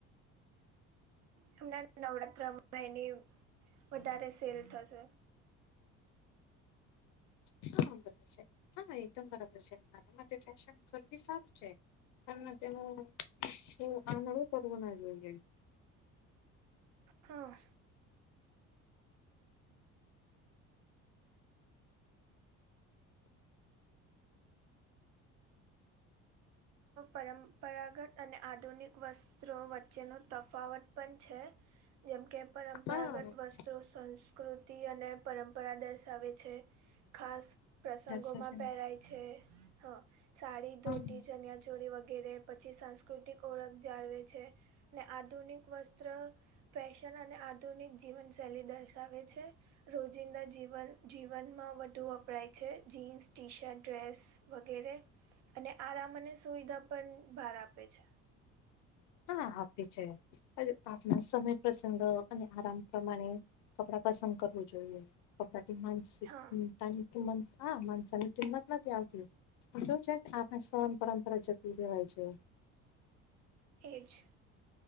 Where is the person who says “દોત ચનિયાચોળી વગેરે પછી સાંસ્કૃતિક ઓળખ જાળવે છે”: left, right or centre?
Right